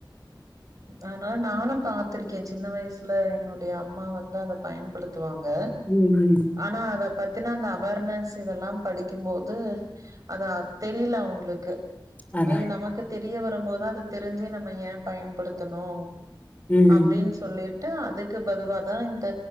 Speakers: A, on the right; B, on the left.
A: ஆனா நானு பாத்திருக்கே சின்ன வய்சுல என்னுடைய அம்மா வந்து அத பயன்படுத்துவாங்க
B: ம் ம்
A: ஆனா அத பத்தினா அந்த அவேர்னஸ் இதெல்லா படிக்கும்போது அதா தெரில அவுங்களுக்கு
B: அதா
A: அது நமக்கு தெரிய வரும்போது அத தெரிஞ்சு நம்ம ஏன் பயன்படுத்தணோ
B: ம்
A: அப்டின்னு சொல்லிட்டு அதுக்கு பதுவாதான் இந்த